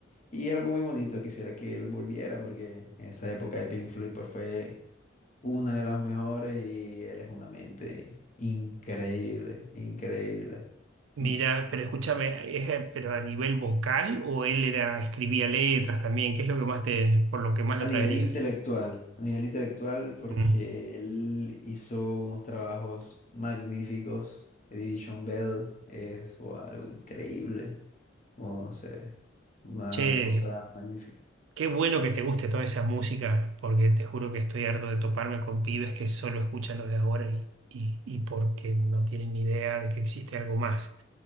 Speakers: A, on the left; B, on the right.
A: Y es algo muy bonito, quisiera que él volviera, porque esa época de Pink Floyd pues, fue una de las mejores y él es una mente increíble, increíble.
B: mira,
A: <laughs>
B: pero escúchame, ¿es, eh, pero a nivel vocal o él era, escribía letras también? ¿Qué es lo que más te, por lo que más
A: A
B: lo
A: nivel
B: traerías?
A: intelectual, a nivel intelectual, porque
B: Mm.
A: él hizo unos trabajos magníficos. The Division Bell es wow, algo increíble. o no sé, una
B: Che,
A: cosa magnífica.
B: Qué bueno que te guste toda esa música, porque te juro que estoy harto de toparme con pibes que solo escuchan lo de ahora y, y, y porque no tienen ni idea de que existe algo más.